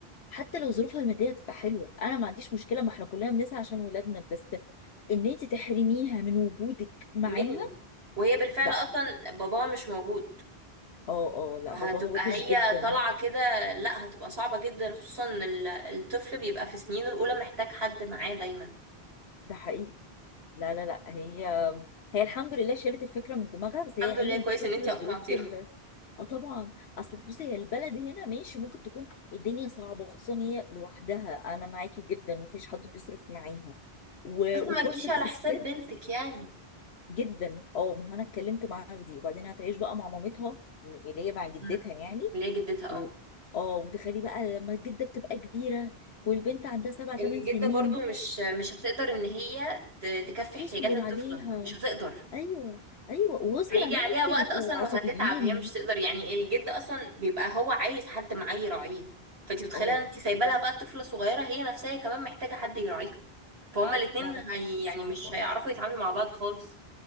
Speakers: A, on the left (about 85°); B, on the right (about 80°).
A: حتى لو ظروفها الماديه تبقى حلوه انا ما عنديش مشكله ما احنا كلنا بنسعى عشان ولادنا بس ان انت تحرميها من وجودك معاها
B: منك وهي بالفعل
A: لا
B: اصلا باباها مش موجود
A: اه اه لا
B: هتبقى
A: باباها وحش
B: هي
A: جدا
B: طالعه كده لا هتبقى صعبه جدا خصوصا ان ال- الطفل بيبقى في سنينه الاولى محتاج حد معاه دايما
A: ده حقيقي لا لا لا هي هي الحمد لله شالت الفكره من دماغها بس هي
B: الحمد
A: يا عيني
B: لله كويس
A: من كتر
B: ان انتي
A: الظروف
B: اقنعتيها
A: ال... اه طبعا اصل بصي هي البلد هنا ماشي ممكن تكون الدنيا صعبه وخصوصا هي لوحدها انا معاكي جدا مفيش حد بيصرف معاها و...
B: بس ما
A: وفرصه
B: تجيش على حساب
A: الست
B: بنتك يعني
A: جدا اه ما هو انا اتكلمت معاها في دي وبعدين هتعيش بقى مع مامتها اللي هي مع جدتها
B: مم.
A: يعني
B: اللي هي جدتها
A: و...
B: اه
A: اه وتخلي بقى لما الجده بتبقى كبيره والبنت عندها سبع
B: الجده
A: ثمان سنين
B: برضو مش مش هتقدر ان هي ت- تكفي
A: فتصبر
B: احتياجات الطفله
A: عليها
B: مش هتقدر
A: ايوه ايوه وغصب
B: هيجي
A: عنهم
B: عليها
A: ممكن
B: وقت
A: يبقوا
B: اصلا
A: عصبيين
B: وهتتعب هي مش تقدر يعني الجد اصلا بيبقى هو عايز حد معاه يراعيه فانت متخيله
A: اه
B: انت سايبه لها بقى طفله صغيره هي نفسها كمان محتاجه حد يراعيها فهما الاتنين
A: لا لا
B: هي
A: صعب
B: يعني مش
A: اه
B: هيعرفوا يتعاملوا مع بعض خالص